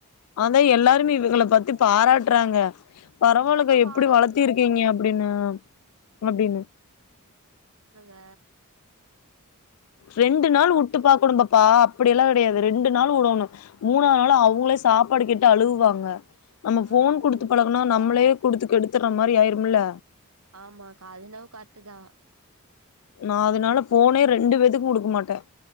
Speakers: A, on the left (about 75°); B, on the right (about 80°).
A: அதா எல்லாருமே இவகள பத்தி பாராட்டுறாங்க பரவால்லக்கா
B: அப்பதாக்கா வாயிலே
A: எப்டி வளத்திருக்கீங்க அப்டின்னு அப்டின்னு
B: ஆ
A: ரெண்டு நாள் உட்டு பாக்கணு பாப்பா அப்படியெல்லா கெடையாது ரெண்டு நாள் உடனு மூணாவ்து நாளு அவ்களே சாப்பாடு கேட்டு அழுகுவாங்க நம்ம
B: ஆ
A: ஃபோன் குடுத்து
B: ஆ
A: பலகுனோ நம்மளே குடுத்துக் கெடுத் த்துற மாரி ஆயிரும்ல
B: ஆமாக்கா அது என்னவோ கரட்டுதா
A: நா அதுனால ஃபோனே ரெண்டு பேத்துக்கு குடுக்க மாட்டே